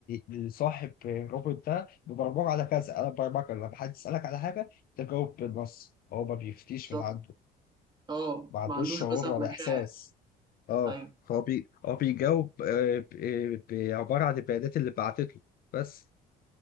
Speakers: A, on the left (about 60°); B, on the right (about 25°).
A: ان صاحب الروبوت ده ببرمجه على كذا انا برمجه لما حد يسالك على حاجه تجاوب بالنص هو ما بيفتيش
B: بالظبط
A: من عنده
B: اه
A: ما عندوش
B: ما عندوش
A: شعور
B: مثلا
A: ولا احساس
B: مشاعر
A: اه
B: ايوه
A: هو بي... هو بيجاوب آه، ب... آه، ب- عباره عن البيانات اللي بعتت له بس